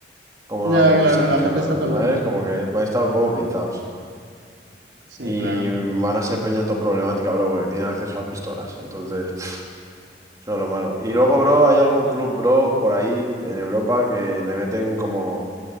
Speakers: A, on the right (about 20°); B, on the right (about 75°).
A: Como
B: Ya,
A: no revisan
B: claro,
A: que
B: la
A: flipas,
B: gente está
A: bro,
B: todo
A: ¿sabes?
B: loca.
A: Como que pueden estar un poco pinzados.
B: Sí,
A: Y
B: claro.
A: van a ser peña todo problemática, bro, porque tienen acceso a pistolas. Entonces, pff, Eso es lo malo. Y luego, bro, hay algún club, bro, por ahí en Europa que le meten como...